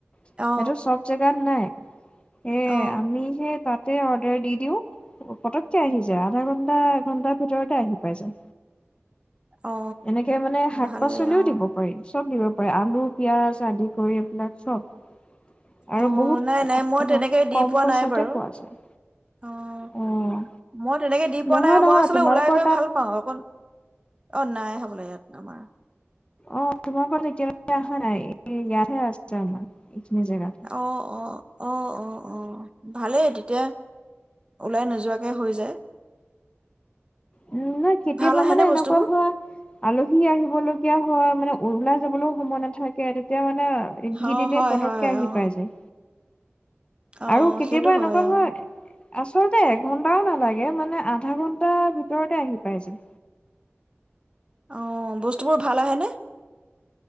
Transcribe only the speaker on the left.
সেইটো
চব জেগাত নাই। এ
আমি <unintelligible> অৰ্ডাৰ দি দিওঁ। পতককে আহি যায় আধা ঘন্টা এঘন্টাৰ ভিতৰতে আহি পাই যায়।
এনেকে মানে শাক-পাচলিও
দিব পাৰি? চব দিব পাৰে আলু, পিয়াজ আদি কৰি এইবিলাক চব। আৰু
বহুত
ক-ক-কম
পইচাতে
পোৱা যায়।
অ'
নহয়
নহয়
তোমালোকৰ
তাত
অ', তোমালোকৰত তেতিয়ালৈকে অহা নাই ইয়াতহে আছে আমাৰ। এইখিনি জেগাটো
উম নহয় কেতিয়াবা
মানে
এনেকুৱা
হয়, আলহী আহিবলগীয়া হয় মানে ওলাই যাবলৈও সময় নাথাকে তেতিয়া মানে একেদিনাই
পতককে
আহি
পাই যায়।
আৰু কেতিয়াবা
এনেকুৱা
হয়, আছ আচলতে এঘণ্টাও নালাগে মানে আধা ঘণ্টা ভিত ঘৰতে আহি পাই যায়।